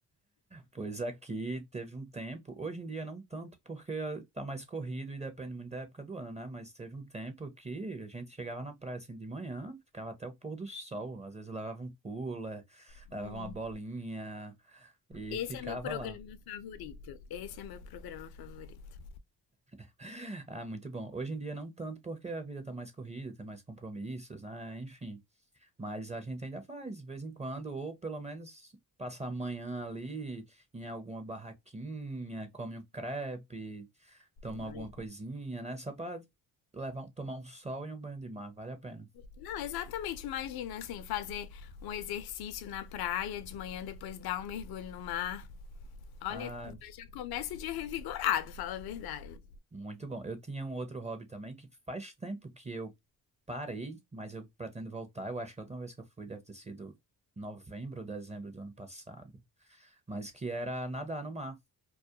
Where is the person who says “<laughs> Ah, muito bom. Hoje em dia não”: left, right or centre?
Right